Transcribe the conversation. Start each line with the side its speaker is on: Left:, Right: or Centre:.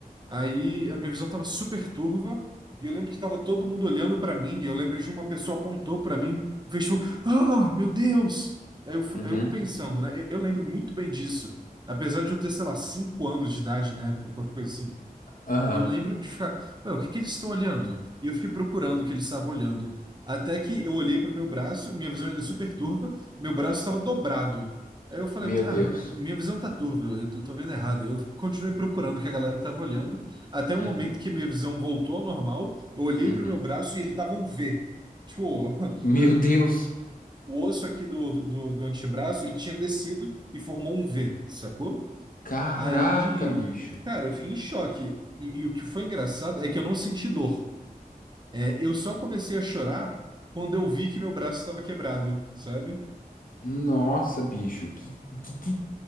Right: Aí a minha visão tava super turva e eu lembro que tava todo mundo olhando pra mim e eu lembro de uma pessoa apontou pra mim, fez tipo, ah, meu Deus! Aí eu, fu-
Left: uhum,
Right: eu pensando, né, eu, eu lembro muito bem disso. Apesar de eu ter, sei lá, cinco anos de idade na época, qualquer coisa assim
Left: aham.
Right: eu lembro de ficar, ué, o que que eles estão olhando? E eu fiquei procurando o que eles estavam olhando. Até que eu olhei para o meu braço, minha visão ainda é super turva, meu braço estava dobrado. Aí eu falei,
Left: Meu
Right: ah,
Left: Deus.
Right: minha visão tá turva, eu tô, tô vendo errado. Eu continuei procurando o que a galera tava olhando, até o
Left: Uhum,
Right: momento que minha visão voltou ao normal, eu olhei
Left: uhum.
Right: para o meu braço e ele tava um V. Tipo, <laughs>
Left: Meu Deus!
Right: o osso aqui do, do, do do antebraço, ele tinha descido e formou um V, sacou?
Left: Caraca,
Right: Aí,
Left: bicho.
Right: cara, eu fiquei em choque. E, e o que foi engraçado é que eu não senti dor. É, eu só comecei a chorar quando eu vi que meu braço estava quebrado, sabe? <laughs>
Left: Nossa, bicho, que, que, que